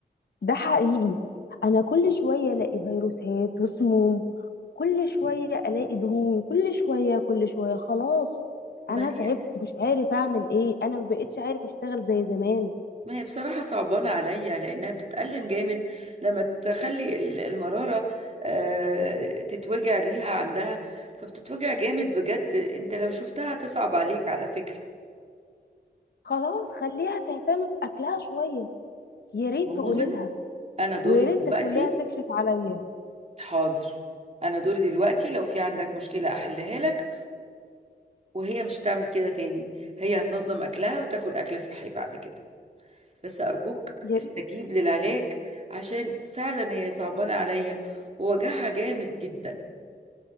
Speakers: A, on the left; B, on the right.
A: ده حقيقي أنا كل شوية ألاقي فيروسات وسموم كل شوية ألاقي دهون كل شوية كل شوية خلاص
B: ما
A: أنا
B: هي
A: تعبت مش عارف أعمل إيه أنا مبقتش عارف أشتغل زي زمان
B: ما هي بصراحة صعبانة عليا لأنها بتتألم جامد لما تخلي ال- المرارة آه، تتوجع ليها عندها فبتتوجع جامد بجد أنت لو شفتها تصعب عليك على فكرة
A: خلاص خليها تهتم بأكلها شوية يا ريت
B: عموما
A: تقولي لها
B: أنا دوري
A: ويا ريت
B: دلوقتي
A: تخليها تكشف عليا
B: حاضر أنا دوري دلوقتي لو في عندك مشكلة أحلها لك وهي مش تعمل كده تاني هي هتنظم أكلها وتاكل أكل صحي بعد كده بس أرجوك
A: يا
B: استجيب
A: ريت
B: للعلاج عشان فعلا هي صعبانة عليا ووجعها جامد جدا